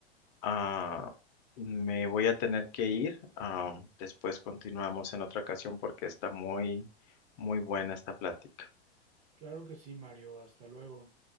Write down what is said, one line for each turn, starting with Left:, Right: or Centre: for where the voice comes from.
Left: Ah, me voy a tener que ir. Ah, después continuamos en otra ocasión porque está muy, muy buena esta plática.
Right: Claro que sí, Mario, hasta luego.